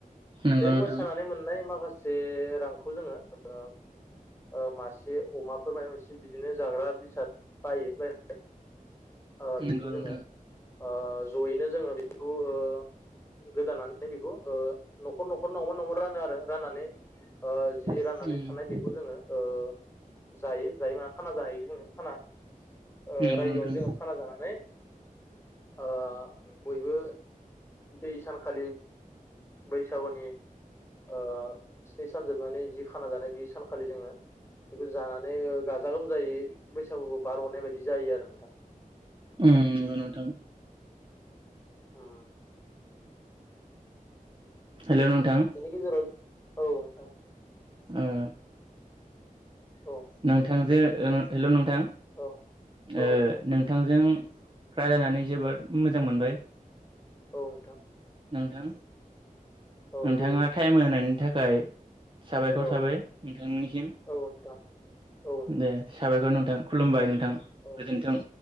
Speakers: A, on the right; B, on the left.
A: नंगौ
B: बे
A: नोंथां
B: मोसानानै मोन माखासे रांखौ जोङो ओ ओ मासे अमाफोर माय मोनसे बिदिनो जाग्रा बेसाद बायो बायनानै ओ बेखौ
A: नंगौ
B: जोङो
A: नोंथां
B: ओ जयैनो जोङो बिखौ ओ गोदानानै बेखौ ओ न'खर न'खर नावमान नावमान रानो आरो राननानै ओ जि राननानै
A: उम
B: थानाय बिखौ जोङो ओ जायो जायो मा खाना जाहै बुङो खाना। ओ
A: नंगौ
B: रायजोआवनो
A: नोंथां
B: जोङो नै ओ बयबो दै सानखालि बैसागुनि ओ स्नि सान जोबनानै जि खाना जानाय बे सानखालि जोङो बिखौ जानानै गाजा गोमजायै बैसागुखौ बारहरनाय बायदि जायो आरो नोंथां
A: ओम नंगौ नोंथां
B: ओम
A: हेल' नोंथां
B: बेनि गेजेराव औ दा
A: ओम
B: औ
A: नोंथांजों हेल' नोंथां
B: औ औ
A: ओ
B: नोंथां
A: नोंथांजों राय्लायनानै जोबोद मोजां मोनबाय
B: औ नोंथां
A: नोंथां
B: औ
A: नोंथाङा
B: गोजोन्थों
A: टाइम होनायनि थाखाय साबायखर
B: औ
A: थाबाय नोंथांनिसिम
B: औ नोंथां औ नोंथां
A: दे साबायखर नोंथां खुलुमबाय नोंथां
B: औ
A: गोजोन्थों